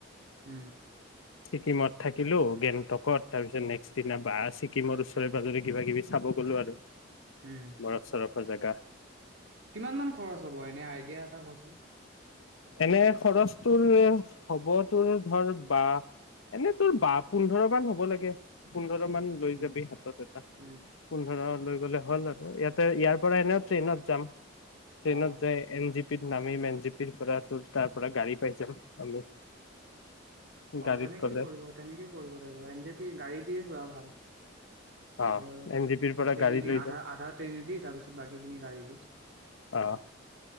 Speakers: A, on the right (about 65°); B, on the left (about 85°).
A: হ
B: ছিকিমত থাকিলোও গেনটত তাৰপিছত নে্সট সদিনা বা ছিকিমৰ ওচৰে পাজৰে কিবা কিবি চাব গ'লো আৰু
A: উম
B: বাৰফ চাৰ স জাকা
A: কিমান মান খৰচ হ'ব এনে আইডিয়া এটা কচোন?
B: এনে খৰচটোৰ হ'ব তোৰ ধৰ বা এনে তোৰ বা পোন্ধৰ মান হ'ব লাগে পোন্ধৰ লৈ
A: উম,
B: যাবি হাতত এটা
A: উম।
B: পোন্ধৰ ল লে হ'ল আৰু ইয়াতে ইয়াৰ পৰা এনে ট্ৰেইনত যাম ট্ৰেইনত
A: অ'।
B: যায় এন জি পি তিত নামি মন জিপিৰ পৰা ত তাৰ পৰা গাড়ী পাই যাম আমি
A: অঁ
B: গাড়ীত
A: তেনেকেই
B: গ'লে
A: কৰিব তেনেকেই কৰিব লাগিব এন জে পি গাড়ী দিয়ে যোৱা ভাল
B: অ
A: হ'লে আৰু
B: এন জি পিৰ পৰা
A: ট্ৰেইনেদি
B: গাড়ী লৈ
A: আধা
B: যাম
A: আধা ট্ৰেইনেদি তাৰপিছত বাকীখিনি গাড়ী দি
B: অ